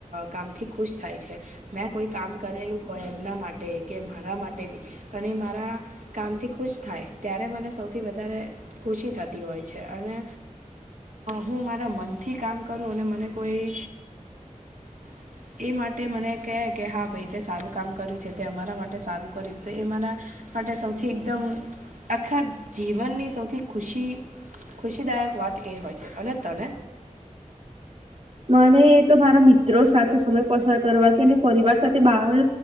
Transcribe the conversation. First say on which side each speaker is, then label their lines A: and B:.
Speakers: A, on the right (about 75°); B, on the right (about 50°).
A: કામથી ખુશ થાય છે મેં કોઈ કામ કરેલું હોય એમના માટે માટે કે મારા માટે બી અને મારા કામથી ખુશ થાય ત્યારે મને સૌથી વધારે ખુશી થતી હોય છે, અને હું મારા મનથી કામ કરું અને મને કોઈ <inaudible> એ માટે મને કહે કે હા ભાઈ તે સારું કામ કર્યું છે, તે અમારા માટે સારું કર્યું તો એ મારા માટે સૌથી એકદમ આખા જીવનની સૌથી ખુશી ખુશીદાયક વાત એ હોય છે. અને તને
B: મને તો મારા મિત્રો સાથે સમય પસાર કરવાથી, અને પરિવાર સાથે બહાર